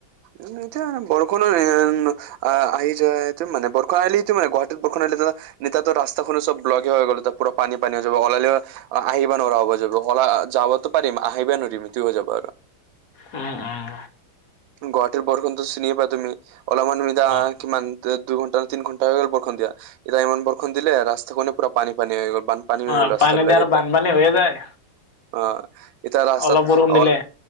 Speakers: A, on the right (about 80°); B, on the left (about 50°).
A: উম, এতিয়া বৰষুণো এয়া অ', আহি যায় মানে বৰষুণ আহিলেটো মানে গুৱাহাটীত বৰষুণ আহিলেটো নিতাতো ৰাস্তাখনো চব ব্লকে হৈ গ'ল তাত পুৰা পানী পানী হৈ যাব। ওলালেও অ', আহিবা নোৱাৰা হ'ব যাব অলা যাবতো পাৰিম আহিবা নোৱাৰিম হেতু হৈ যাব আৰু।
B: উম, উম।
A: গুৱাহাটীৰ বৰষুণতো চিনি পোৱা তুমি অলপমান <unintelligible>
B: অ',
A: কিমান দে দুঘন্টা তিনি ঘন্টা হৈ গ'ল বৰষুণ দিয়া এতিয়া ইমান বৰষুণ দিলে ৰাস্তা কেনে পুৰা পানী পানী হৈ গ'ল বান পানী
B: অ',
A: হৈ গ'ল ৰাস্তাবিলাক
B: দি আৰু
A: এতিয়া
B: বানপানী
A: অ'।
B: হৈয়ে যায়।
A: এতিয়া ৰাস্তাত
B: অলপ বৰষুণ দিলে
A: অল